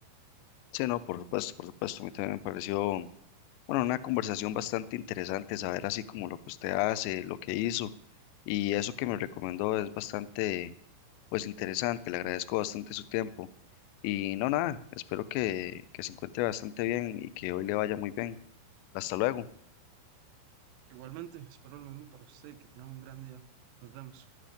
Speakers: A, on the left; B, on the right.
A: Sí, no, por supuesto, por supuesto, a mí también me pareció Bueno, una conversación bastante interesante, saber así como lo que usted hace, lo que hizo y eso que me recomendó es bastante, pues interesante, le agradezco bastante su tiempo y no nada, espero que, que se encuentre bastante bien y que hoy le vaya muy bien. Hasta luego.
B: Igualmente, espero lo mismo para usted que tenga un gran día. Nos vemos.